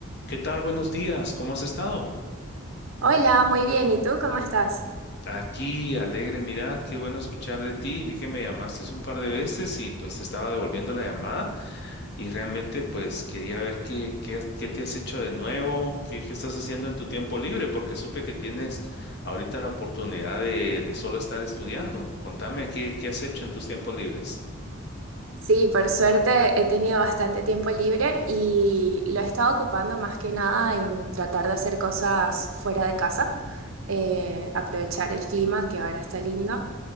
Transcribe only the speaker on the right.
Hola, muy bien. ¿Y tú cómo estás?
Sí, por suerte he tenido bastante tiempo libre y lo he estado ocupando más que nada en tratar de hacer cosas fuera de casa, eh, aprovechar el clima que ahora está lindo